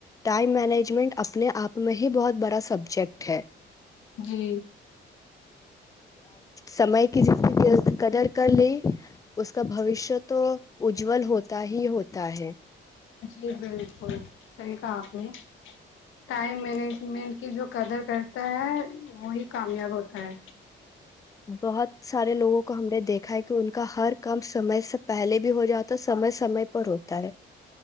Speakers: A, on the left (about 15°); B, on the left (about 80°).
A: ٹائم مینجمنٹ منٹ اپنے آپ میں یہ بہت بڑا سبجیکٹ ہے
B: جی
A: سمے کی جس قدر کر لی اس کا بوشیہ تو اجول ہوتا ہی ہوتا ہے
B: جی بالکل صحیح کہا آپ نے ٹائم مینجمنٹ کی جو قدر کرتا ہے وہی کامیاب ہوتا ہے
A: بہت سارے لوگوں کو ہم نے دیکھا ہے کہ ان کا ہر کام سمے سے پہلے بھی ہو جاتا سمے سمے پر روکتا رہے